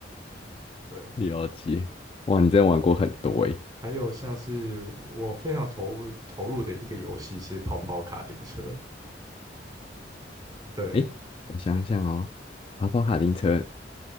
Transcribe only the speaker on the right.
对，
还有像是我非常投入投入的一个游戏是跑跑卡丁车。对，